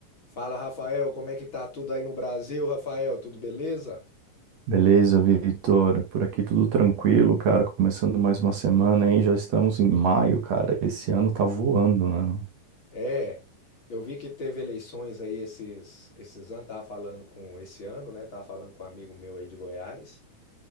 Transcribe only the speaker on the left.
Fala, Rafael, como é que tá tudo aí no Brasil, Rafael? Tudo beleza?
É, eu vi que teve eleições aí esses esses anos, tava falando com esse ano, né? Tava falando com um amigo meu aí de Goiás.